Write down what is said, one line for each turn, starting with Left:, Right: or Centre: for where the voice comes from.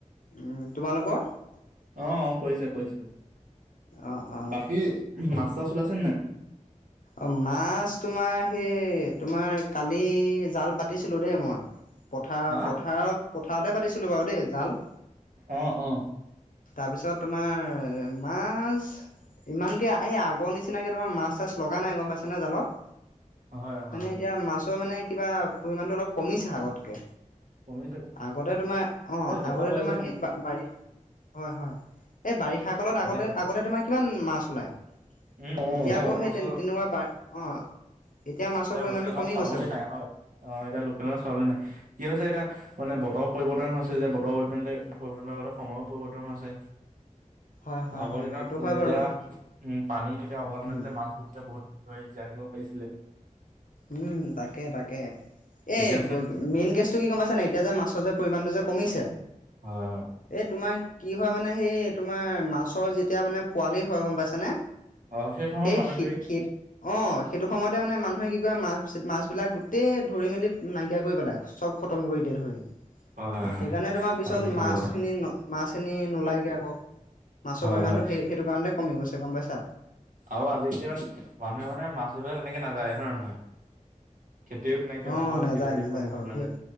Left: উম তোমালোকৰ?
Right: আহ কৰিছে কৰিছে।
Left: অঁ অঁ
Right: বাকী মাছ চাচ চাচ ওলাইছে নৈ নাই।
Left: অ' মাছ তোমাৰ সেই তোমাৰ কালি কালি জাল পাতিছিলোঁ দেই মই পথাৰ
Right: হা
Left: পথাৰত পথাৰতে পাতিছিলোঁ বাৰু দেই জাল
Right: অ 'অ'
Left: তাৰ পিছত তোমাৰ মাছ ইমানকে এই আগৰ নিচিনাকে তোমাৰ মাছ চাছ লগা নাই গম পাইছেনে জালত
Right: হয় হয়
Left: মানে
Right: হয়
Left: এতিয়া মাছৰ মানে কিবা পৰিমাণটো অলপ কমিছে আগতকে
Right: কমিছে
Left: আগতে তোমাৰ অ'
Right: দেখা
Left: আগতে
Right: পোৱা যেতিয়া
Left: তোমাৰ সেই বাৰী হয়, হয় এই বাৰিষা কালত
Right: এতিয়া
Left: আগতে আগতে তোমাৰ কিমান মাছ ওলায়।
Right: উম, উ
Left: এতিয়া আকৌ সেই
Right: মাছ
Left: তেনেকুৱা পাই অ' মাছৰ
Right: এতিয়া
Left: পৰিমাণটো
Right: লোকেল মাছ
Left: কমি
Right: পাবলে
Left: গৈছে বহুত
Right: নাই হয়। অ' এতিয়া লোকেল মাছ পাবলে নাই। কি হৈছে এতিয়া মানে বতৰ পৰিৱৰ্তন হৈছে যে বতৰ পৰিৱৰ্তন পৰিৱৰ্তনৰ লগতে সময়ো পৰিৱৰ্তন হৈছে।
Left: হয় হয়
Right: আগৰ
Left: হয়
Right: দিনত
Left: সেইটো হয়
Right: এতিয়া
Left: বাৰু
Right: উম পানী যেতিয়া অভাৱ নাছিলে
Left: উম
Right: মাছবোৰ তেতিয়া বহুত দিন ধৰি জ়িব পাৰিছিলে
Left: উম' তাকে তাকে। এই
Right: এতিয়া মানে
Left: মেইন গেছটো কি গম পাইছ নে এতিয়া যে মাছৰ যে পৰিমাণটো যে কমিছে
Right: হয় হয়
Left: এই তোমাৰ কি হয় মানে সেই তোমাৰ মাছৰ যেতিয়া মানে পোৱালি হয় গম পাইছানে।
Right: অ সময়ত
Left: সেই,
Right: মানুহে ধৰি
Left: সেই অ' সেইটো সময়তে মানে মানুহে কি মা মাছবলাক গোটেই ধৰি মেলি নাইকিয়া কৰি পেলাই। চব খতম কৰি দিয়ে ধৰি।
Right: হয় হয় হয়
Left: সেইকাৰণে তোমাৰ পিছত
Right: অ তুমি ঠিকে
Left: মাছখিনি
Right: কৈছা
Left: মাছ খিনি নোলাইগে আকৌ মাছৰ
Right: হয়
Left: পৰিমাণতটো
Right: হয়
Left: সেই সেইটো কাৰণতে কমি গৈছে গম পাইছা্
Right: আৰু আজিকালি মানে মানুহে মানে মাছ ধৰি তেনেকে নাযায় হয় নহয় খেতিও তেনেকে
Left: অঁ
Right: নকৰৰে
Left: নাযায়
Right: খেতি বাতি খোৱা দেখাাব
Left: বাৰু
Right: নাযায়
Left: দেই